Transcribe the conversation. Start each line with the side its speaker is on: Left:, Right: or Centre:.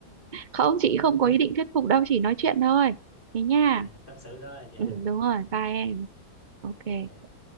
Right: không chị
Left: <laughs>
Right: không có ý định thuyết phục đâu chỉ nói chuyện thôi thế nha
Left: Dạ, Tâm sự thôi dạ.
Right: ừ, đúng rồi bye em ok
Left: dạ.